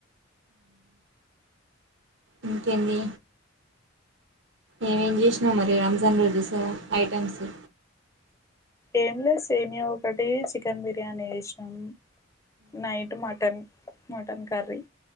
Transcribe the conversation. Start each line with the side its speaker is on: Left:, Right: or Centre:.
Right: ఇంకేందీ. ఏమేం చేశినవ్ మరి రంజాన్ రోజు సా ఐటమ్సు.
Left: ఏంలేదు సేమ్యా ఒకటి చికెన్ బిర్యానీ చేసినం night mutton mutton curry